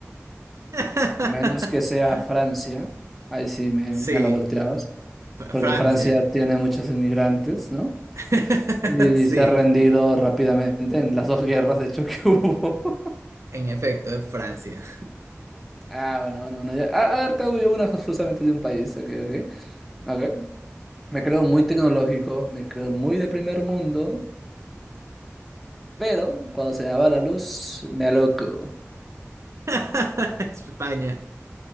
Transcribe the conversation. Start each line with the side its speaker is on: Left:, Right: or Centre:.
Right: <laughs>
Centre: A menos que sea Francia. Ahí sí me,
Right: Sí,
Centre: me la volteabas.
Right: Fr-
Centre: Porque
Right: Francia.
Centre: Francia tiene muchos inmigrantes, ¿no?
Right: <laughs>
Centre: Y
Right: Sí,
Centre: se ha rendido rápidamente en las dos guerras, de hecho, que hubo. <laughs>
Right: en efecto, es Francia.
Centre: Ah, bueno, bueno, bueno. ya- ah, A ver, te hago yo una justamente de un país. Ok, ok. Ok. Me creo muy tecnológico, me creo muy de primer mundo, pero cuando se me va la luz, me aloco.
Right: <laughs> España.